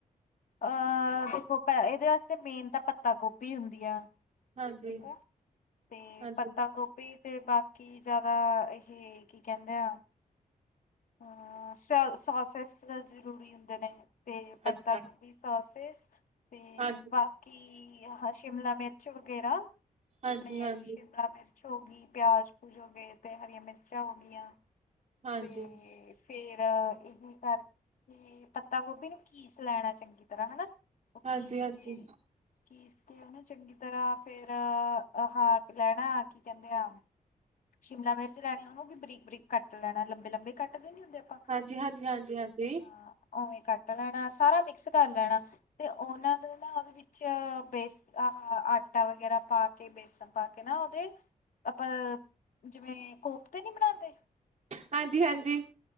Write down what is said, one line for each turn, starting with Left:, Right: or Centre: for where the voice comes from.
Left: ਅਹ ਦੇਖੋ ਪ ਇਹਦੇ ਵਾਸਤੇ ਮੇਨ ਤਾਂ ਪੱਤਾ ਗੋਭੀ ਹੁੰਦੀ ਆ।
Right: ਹਾਂਜੀ,
Left: ਠੀਕ ਐ ਤੇ
Right: ਹਾਂਜੀ,
Left: ਪੱਤਾ ਗੋ ਤੇ ਬਾਕੀ ਜ਼ਿਆਦਾ ਇਹ ਕੀ ਕਹਿੰਦੇ ਆ ਅ ਸੋਸਿਸ ਜ਼ਰੂਰੀ ਹੁੰਦੇ ਨੇ ਤੇ ਪੱਤਾ
Right: ਅੱਛਾ,
Left: ਗੋਭੀ <unintelligible> ਤੇ,
Right: ਹਾਂਜੀ,
Left: ਬਾਕੀ ਹਾਂ ਸ਼ਿਮਲਾ ਮਿਰਚ ਵਗੈਰਾ ਆਪਣੇ
Right: ਹਾਂਜੀ, ਹਾਂਜੀ,
Left: ਸ਼ਿਮਲਾ ਮਿਰਚ। ਹੋ ਗਈ ਪਿਆਜ ਪੂਜ ਹੋ ਗਏ ਤੇ ਹਰੀਆਂ ਮਿਰਚਾਂ ਹੋ ਗਈਆਂ
Right: ਹਾਂਜੀ।
Left: ਤੇ ਫੇਰ ਇਹੀ ਕਰਕੇ ਤੇ ਪੱਤਾ ਗੋਭੀ ਨੂੰ ਕੀਸ ਲੈਣਾ ਚੰਗੀ ਤਰ੍ਹਾਂ ਹਨਾ ਓ
Right: ਹਾਂਜੀ,
Left: ਕੀਸ
Right: ਹਾਂਜੀ,
Left: ਕੇ <inaudible> ਚੰਗੀ ਤਰ੍ਹਾਂ ਫੇਰ ਆ ਹਾਂ ਲੈਣਾ ਕੀ ਕਹਿੰਦੇ ਆ। ਸ਼ਿਮਲਾ ਮਿਰਚ ਲੈਣੀ ਉਹਨੂੰ ਵੀ ਬਰੀਕ ਬਰੀਕ ਕੱਟ ਲੈਣਾ ਲੰਬੇ ਲੰਬੇ ਕੱਟਦੇ ਨੀ ਹੁੰਦੇ। ਆਪਾਂ
Right: ਹਾਂਜੀ-ਹਾਂਜੀ, ਹਾਂਜੀ-ਹਾਂਜੀ
Left: ਹਾਂ ਉਵੇਂ ਕੱਟ ਲੈਣਾ ਸਾਰਾ ਮਿਕਸ ਕਰ ਲੈਣਾ ਤੇ ਉਹਨਾਂ ਦੇ ਨਾ ਉਹਦੇ ਵਿੱਚ। ਚ ਬੇਸ ਆ ਆਟਾ ਵਗੈਰਾ ਪਾ ਕੇ ਬੇਸਨ ਪਾ ਕੇ ਨਾ ਉਹਦੇ ਆਪਾਂ ਜਿਵੇਂ ਕੋਫਤੇ ਨੀ ਬਣਾਉਦੇ।
Right: ਹਾਂਜੀ ਹਾਂਜੀ,